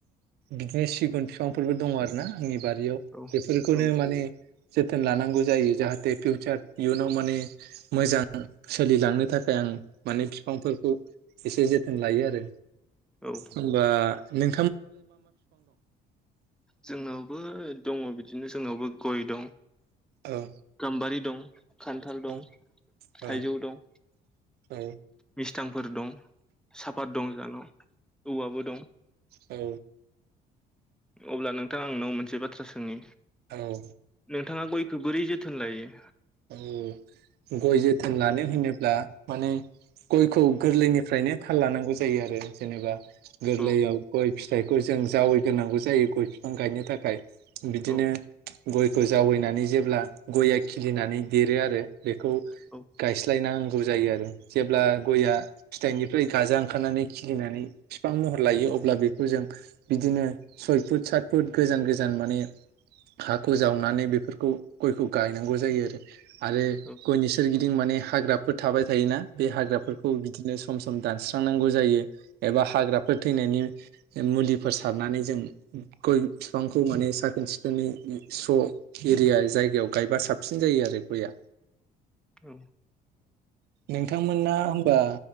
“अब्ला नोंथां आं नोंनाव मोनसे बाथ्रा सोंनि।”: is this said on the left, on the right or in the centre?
Centre